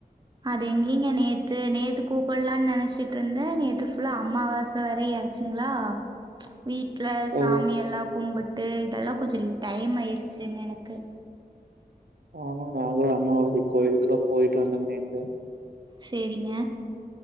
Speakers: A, on the right (about 30°); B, on the right (about 80°).
A: அது எங்கிங்க நேத்து நேத்து கூப்பிடலாம்னு நினைச்சிட்டு இருந்தன் நேத்து புல்லா அம்மாவாசை வர யாச்சுங்களா வீட்லசாமியெல்லாம்
B: ஓ!
A: கும்பிட்டு இதெல்லாம் கொஞ்சம் டைம் ஆயிடுச்சுங்க எனக்கு
B: ஆமாங்க நாங்களும் அம்மாவாசைய்க்கு கோயிலுக்குெல்லாம் போயிட்டு வந்தேங்க நேத்து
A: சேரிங்க